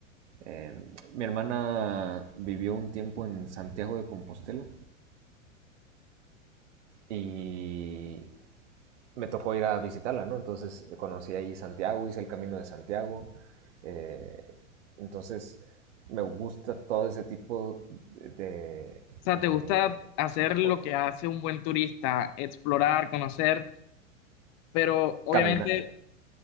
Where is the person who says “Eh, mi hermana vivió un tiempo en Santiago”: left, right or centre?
Right